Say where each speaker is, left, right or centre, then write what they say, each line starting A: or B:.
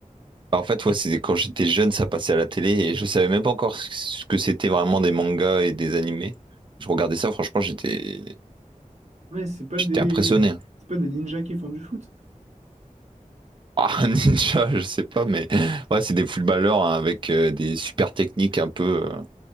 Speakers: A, on the right; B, on the right.
A: Bah, En fait, ouais, c'est quand j'étais jeune, ça passait à la télé et je savais même pas encore ce ce que c'était vraiment des mangas et des animés. Je regardais ça, franchement, j'étais
B: Ouais, c'est pas
A: j'étais
B: des...
A: impressionné. hein.
B: c'est pas des ninjas qui font du foot.
A: Ah, <laughs> un ninja, je sais pas, mais ouais, c'est des footballeurs hein, avec euh, des super techniques un peu euh,